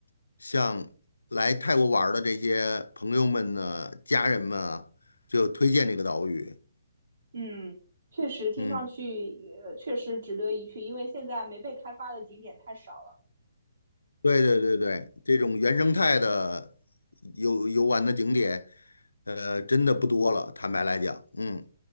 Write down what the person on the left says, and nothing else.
向来泰国玩儿的这些朋友们呢、家人们啊，就推荐这个岛屿。
嗯。
对对对对，这种原生态的游游玩的景点，呃，真的不多了。坦白来讲，嗯，